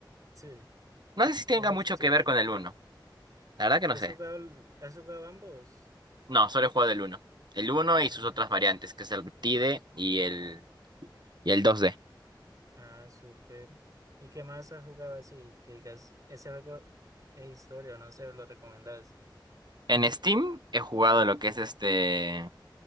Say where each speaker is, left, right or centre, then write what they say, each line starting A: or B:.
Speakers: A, on the right; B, on the right.
A: Sí,
B: No sé si tenga
A: ese
B: mucho
A: es chévere.
B: que ver con el uno. La verdad que
A: ¿Y
B: no
A: has
B: sé.
A: jugado, el- has jugado ambos?
B: No, solo he jugado el 1. El uno y
A: Ah.
B: sus otras variantes, que es el T TIDE y el, y el dos d
A: Ah, súper. ¿Y qué más has jugado así? Que digas, ese juego es historia, o no sé, lo recomendás.
B: En Steam he jugado lo que es este,